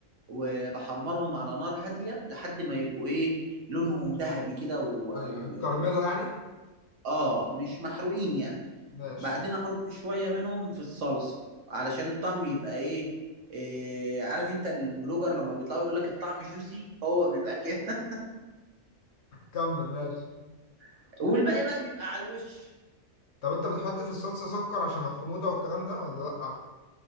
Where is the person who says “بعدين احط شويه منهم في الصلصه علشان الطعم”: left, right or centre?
Right